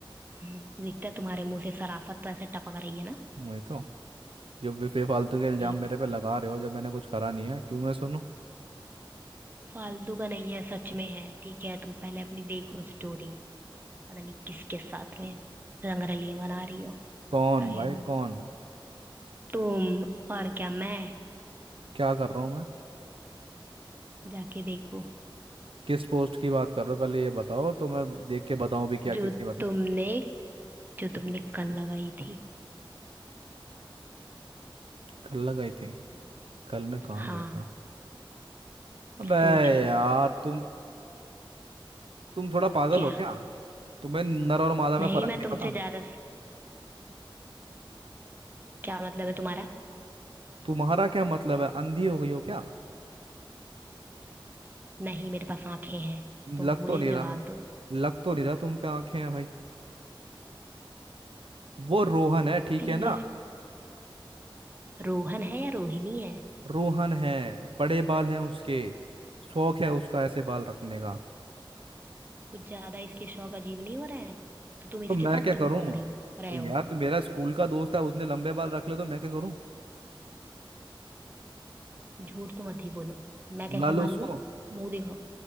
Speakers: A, on the right; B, on the right.
A: हम्म, दिखता है तुम्हारे मुंह से शराफत तो ऐसे टपक रही है ना
B: वही तो जो भी बेफालतू के इल्जाम
A: यही
B: मेरे
A: तो
B: पे लगा रहे हो जब मैंने कुछ करा नहीं है क्यों मैं सुनूं
A: फालतू का नहीं है सच में है ठीक है तुम पहले अपनी देखो स्टोरी पता नहीं किसके साथ में रंगरलियां मना रही हो
B: कौन
A: रहे
B: भाई
A: हो
B: कौन
A: तुम और क्या मैं
B: क्या कर रहा हूँ मैं
A: जाके देखो
B: किस पोस्ट की बात कर रहे हो पहले ये बताओ तो मैं देख के बताऊं भी क्या
A: जो
B: किसकी बात है
A: तुमने जो तुमने कल लगाई थी
B: कल लगाई थी कल मैं कहाँ
A: हाँ
B: गया था अबे
A: सोच लो
B: यार तुम तुम थोड़ा पागल
A: क्या
B: हो क्या तुम्हें नर और मादा में
A: नहीं
B: फर्क
A: मैं
B: नहीं
A: तुमसे
B: पता
A: ज्यादा क्या मतलब है तुम्हारा
B: तुम्हारा क्या मतलब है अंधी हो गई हो क्या
A: नहीं मेरे पास आंखें हैं
B: लग
A: तुम मुझे
B: तो नहीं रहा
A: जवाब दो
B: लग तो नहीं रहा तुम पे आंखें हैं भाई वो रोहन है ठीक
A: सीधे
B: है ना
A: से- रोहन है या रोहिणी है
B: रोहन है बड़े बाल हैं उसके शौक है उसका ऐसे बाल रखने का
A: कुछ ज्यादा इसके शौक अजीब नहीं हो रहे हैं तो तुम इसके
B: तो मैं
A: साथ
B: क्या
A: क्यों
B: करूं
A: घूम रही हो रहे हो
B: यार तो मेरा स्कूल का दोस्त है उसने लंबे बाल रख ले तो मैं क्या करूं
A: झूठ तो मत ही बोलो मैं
B: बुला
A: कैसे
B: लो
A: मान
B: उसको
A: लूं मुंह दिखाओ